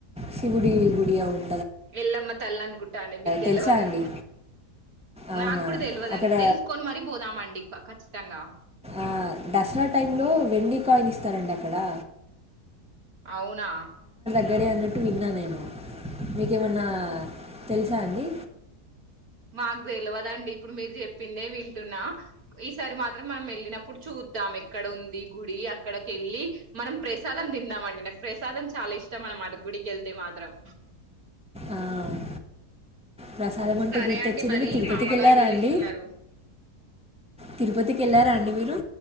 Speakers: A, in the centre; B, on the right.
A: శిషవుడి గుడియా ఉం
B: ఎళ్ళమ్మ తల్లి అనుకుంట అండి మీకు తెలవదు.
A: తెలుసా అండి అవునా
B: నాక్కూడ తెలువదండి,
A: అక్కడ
B: తెలుసుకొని మరీ పోదామండి ఖచ్చితంగా.
A: ఆఁ దసరా టైంలో వెండి కాయిన్ ఇస్తారండి అక్కడా
B: అవునా
A: దగ్గరే అన్నట్టు విన్నా నేను. మీకు ఏమన్నా తెలుసా అండి?
B: మాకు తెలువదండి ఇప్పుడు మీరు చెప్పిందే వింటున్నా, ఈసారి మాత్రం మనం వెళ్ళినప్పుడు చూ ద్దాం ఎక్కడ ఉంది గుడి అక్కడకి వెళ్ళి మనం ప్రసాదం తిందామండి, నాకు ప్రసాదం చాలా ఇష్టం. అనమాట గుడికి వెళ్తే మాత్రం.
A: ఆ, ప్రసాదం అంటే
B: సరే
A: గుర్తొచ్చింది,
B: అండి మరి
A: మీరు తిరుపతికి
B: మా అమ్మగారు
A: వెళ్ళారా
B: పిలుస్తున్నారు
A: అండి? తిరుపతికి వెళ్ళారా అండి మీరు?